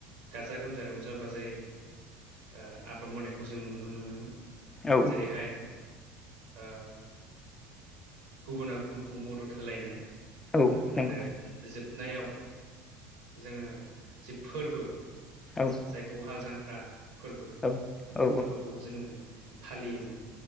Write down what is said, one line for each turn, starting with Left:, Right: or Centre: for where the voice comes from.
Right: गाजा गोमजा रंजा बाजायै ओ आबाद मावनायखौ जों नुनो मोनोमोन।
Left: औ
Right: जेरैहाय ओ गुबुना गुबुन खौ मदद होलायनाय
Left: औ नंगौ
Right: आरो जोबनायाव जोङो जि फोर्बो
Left: औ।
Right: जायखौ हाल जांख्रा फोर्बो
Left: औ
Right: बे
Left: औ
Right: फोर्बोखौबो जोङो फालियोमोन।